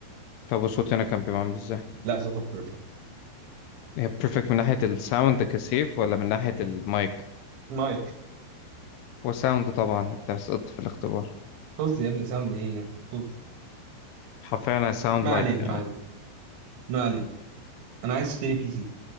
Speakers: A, on the left (about 80°); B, on the right (about 70°).
A: طب وصوتي انا كان بيبقى عامل ازاي
B: لا صوتك بيرفكت
A: هي بيرفكت من ناحية الساوند كسيف ولا من ناحية المايك
B: مايك
A: وساوند طبعا انت سقطت في الاختبار
B: طز يا ابني ساوند ايه طز
A: حرفيا انا ساوند
B: ما
A: لايك
B: علينا ما علينا ما علينا انا عايز اشتري بي سي